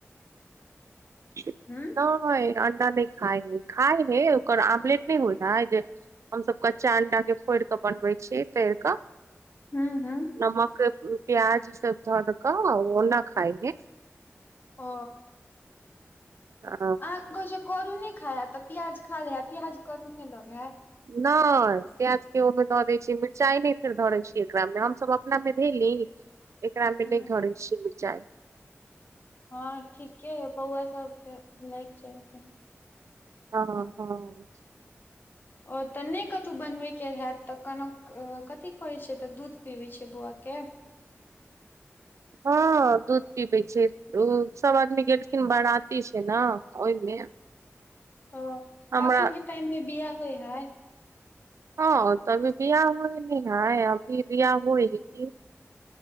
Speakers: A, on the right; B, on the left.
A: <unintelligible>
B: उंम्म
A: नहि अंडा नहि खाए है खाए है ओकर आमलेट नहि होइ है जे हम सब कच्चा अंडा के फोड़ के बनबे छीयै तैर कऽ
B: हूंम्म हूंम्म
A: नमक प्याज ई सब धर कऽ ओना खाइ हे
B: ओ
A: आ
B: अहाँ कहै छै करू ने खाइ है तऽ प्याज खा ले है प्याज करु ने लगे है
A: नहि प्याज के ओहिमे धऽ दै छियै मिरचाइ नहि फेर धरै छीयै एकरा मे हमसभ अपना मे धेली एकरा मे
B: हूँ
A: नहि घरे छियै मिरचाइ
B: हँ ठीके है बौआ सबके लैग जाय ह कनी
A: हँ हँ
B: ओ तऽ नहि कतहु बनबै के हत तऽ कन कथी करैत छियै तऽ दूध पीबै छियै बौआ के
A: हँ दूध पिबै छै ओ सब आदमी गेलखिन बाराती छै ने ओहिमे
B: ओ
A: हमरा
B: अखन के टाइम मे बिआह होय हइ
A: हँ तभी बिआह हो न हय अभी बिआ होय की